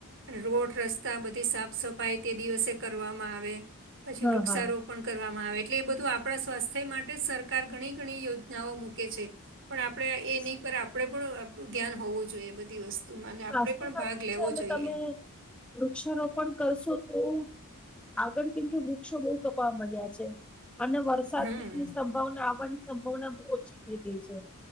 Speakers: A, on the right; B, in the centre.
A: અને રોડ રસ્તા બધી સાફ સફાઈ તે દિવસે કરવામાં આવે પછી
B: હા
A: વૃક્ષારોપ.
B: હા
A: પણ કરવામાં આવે એટલે એ બધું આપણા સ્વાસ્થ્ય માટે સરકાર ઘણી ઘણી યોજનાઓ મૂકે છે. પણ આપણેે એ
B: સ્વ-
A: નહીં પર આપડે પણ આપું ધ્યાન હોવું જોઈએ. બધી વસ્તુમાં અને
B: સ્વાસ્થ્ય
A: આપડે પણ
B: માટે
A: ભાગ
B: જ
A: લેવો
B: છે અને
A: જોઈએ.
B: તમે વૃક્ષારોપણ કરશો તો. આગળ કેમ કે વૃક્ષો બહુ તકવા મળ્યા છે. અને વરસાદની
A: હમ
B: સંભાવના આવવાની સંભાવના બહુ ઓછી થઈ ગઈ છે.